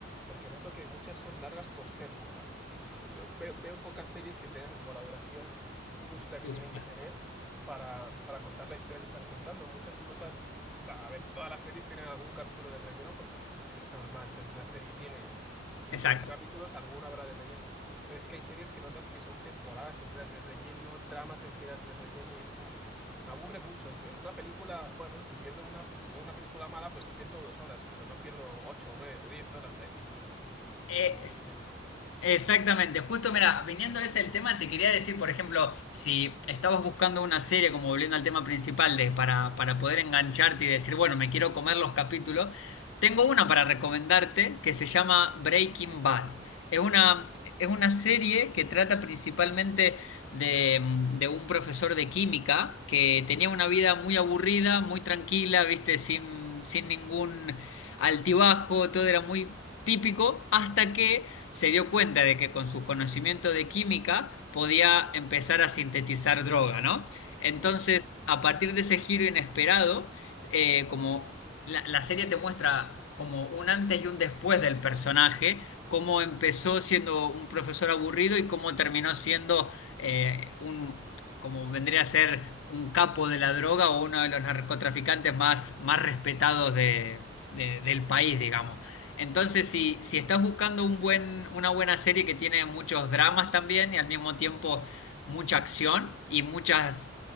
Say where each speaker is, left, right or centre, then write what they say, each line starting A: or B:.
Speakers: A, in the centre; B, on the left.
A: porque noto que muchas son largas por ser largas. No- no- no- veo, veo pocas series que tengan como la duración justa que
B: Justa.
A: tienen que tener para, para contar la historia que están contando. Muchas notas, o sea, a ver, todas las series tienen algún capítulo de relleno porque es, es normal. O sea, si una serie tiene cincuenta
B: Exacto.
A: capítulos, alguno habrá de relleno. Pero es que hay series que notas que son temporadas enteras de relleno, tramas enteras de relleno, y es como, me aburre mucho. En una película, bueno, si pierdo una, veo una película mala, pues pierdo dos horas, pero no pierdo ocho, o nueve o diez horas ahí viendo una, como
B: Eh,
A: con una serie.
B: Exactamente, justo mira, viniendo a ese el tema, te quería decir, por ejemplo, si estabas buscando una serie, como volviendo al tema principal, de, para, para poder engancharte y decir, bueno, me quiero comer los capítulos, tengo una para recomendarte que se llama Breaking Bad. Es una,
A: Mm,
B: es una serie que trata principalmente de, de un profesor de química que tenía una vida muy aburrida, muy tranquila, viste, sin, sin ningún altibajo, todo era muy típico, hasta que se dio cuenta de que con sus conocimientos de química podía empezar a sintetizar droga, ¿no? Entonces,
A: mm,
B: a partir de ese giro inesperado, eh, como la, la serie te muestra como un antes y un después del personaje, cómo empezó siendo un profesor aburrido y cómo terminó siendo eh, un, como vendría a ser un capo de la droga o uno de los narcotraficantes más, más respetados de- de- del país, digamos. Entonces, si, si estás buscando un buen, una buena serie que tiene muchos dramas también y al mismo tiempo mucha acción y muchos